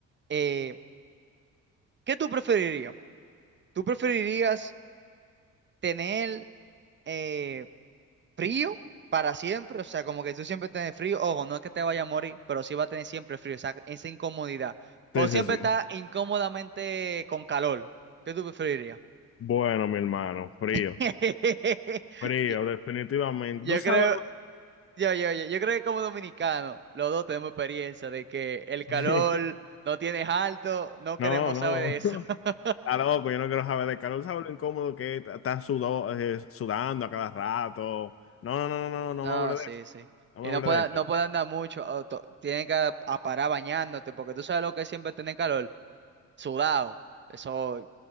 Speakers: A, on the right; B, on the left.
A: Eh, ¿qué tú preferirías? ¿Tú preferirías tener eh, frío para siempre, o sea, como que tú siempre tienes frío, ojo, no es que te vaya a morir, pero sí va a tener siempre frío, o sea, esa incomodidad. O
B: Sí,
A: siempre
B: sí, sí.
A: está incómodamente con calor. ¿Qué tú preferirías?
B: Bueno, mi hermano, frío,
A: <laughs>
B: frío, definitivamente.
A: Yo,
B: Tú
A: yo
B: sabes
A: creo,
B: lo-
A: yo, yo, yo, yo creo que como dominicano, los dos tenemos experiencia de que el calor
B: <laughs>
A: no tienes alto, no
B: No,
A: queremos
B: no.
A: saber de eso. <laughs>
B: <laughs> A loco, yo no quiero saber de calor. ¿Sabes lo incómodo que es? Estás sudo- eh, sudando a cada rato. No, no, no, no, no, no
A: No,
B: me hables
A: sí,
B: de eso.
A: sí.
B: No
A: Y
B: me hables
A: no puede,
B: de eso.
A: no puede andar mucho, o to- tiene que a- a parar bañándote, porque tú sabes lo que es siempre tener calor. sudado. Eso,